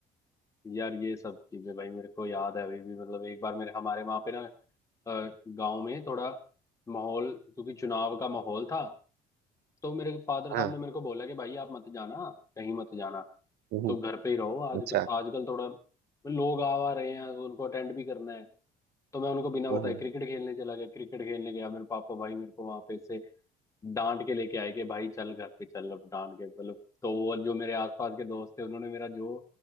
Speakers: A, on the left; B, on the right.
A: यार ये सब चीजें भाई मेरे को याद है अभी भी मतलब एक बार मेरे हमारे वहाँ पे ना गांव में थोड़ा माहौल क्योंकि चुनाव का माहौल था तो मेरे फादर साहब
B: हाँ
A: ने मेरे को बोला कि भाई आप मत जाना कहीं मत जाना
B: हम्म,
A: तुम घर पे ही रहो आज
B: अच्छा
A: आजकल थोड़ा लोग आ आ रहे हैं तो उनको अटेंड भी करना है तो मैं उनको बिना
B: फनी
A: बताए क्रिकेट खेलने चला गया क्रिकेट खेलने गया मेरे पापा भाई मेरे को वहां पे से डांट के लेके आए कि भाई चल घर पे चल अब डांट के मतलब तो वो जो मेरे आसपास के दोस्त थे उन्होंने मेरा जो